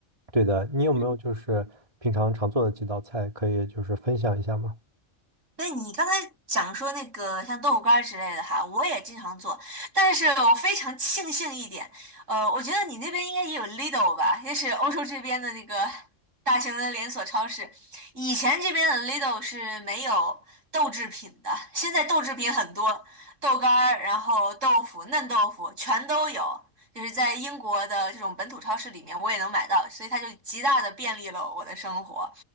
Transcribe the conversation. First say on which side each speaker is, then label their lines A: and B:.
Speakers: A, on the right; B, on the right.
A: 对的，你有没有就是平常常做的几道菜，
B: 嗯，
A: 可以就是分享一下吗？
B: 那你刚才讲说那个像豆腐干儿之类的哈，我也经常做，但是我非常庆幸一点，呃，我觉得你那边应该也有 Lidl 吧，也是欧洲这边的那个 <laughs> 大型的连锁超市。以前这边的 Lidl 是没有豆制品的，现在豆制品很多，豆干儿，然后豆腐、嫩豆腐全都有，就是在英国的这种本土超市里面我也能买到，所以它就极大的便利了我的生活。